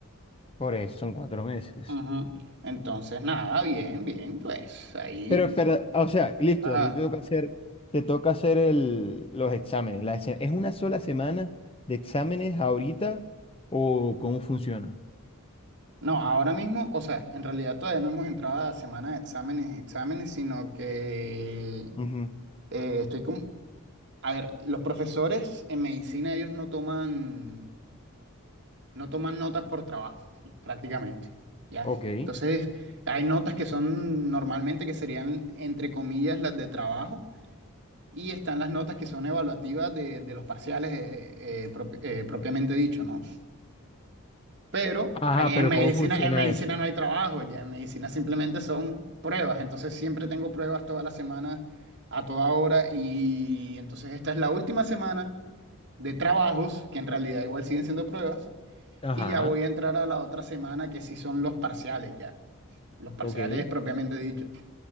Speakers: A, on the left; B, on the right.
A: por eso son cuatro meses.
B: Ajá. Entonces, nada, bien, bien, pues ahí.
A: Pero, pero, o sea, listo,
B: Ajá.
A: a ti te toca hacer, te toca hacer el, los exámenes. La se- ¿es una sola semana de exámenes ahorita o cómo funciona?
B: No, ahora mismo, o sea, en realidad todavía no hemos entrado a la semana de exámenes, y exámenes, sino que
A: Ujú,
B: eh, estoy con... A ver, los profesores en medicina, ellos no toman, no toman notas por trabajo, prácticamente, ¿ya?
A: Ok.
B: Entonces, hay notas que son normalmente que serían, entre comillas, las de trabajo, y están las notas que son evaluativas de, de los parciales eh, eh, prop- eh, propiamente dicho, ¿no? Pero
A: Ajá,
B: aquí en
A: pero
B: medicina,
A: ¿cómo funciona
B: en medicina
A: eso?
B: no hay trabajo, ya en medicina simplemente son pruebas. Entonces siempre tengo pruebas todas las semanas, a toda hora. Y entonces esta es la última semana de trabajos, que en realidad igual siguen siendo pruebas.
A: Ajá,
B: Y ya voy a entrar a la otra semana que sí son los parciales ya. Los parciales
A: ok.
B: propiamente dicho.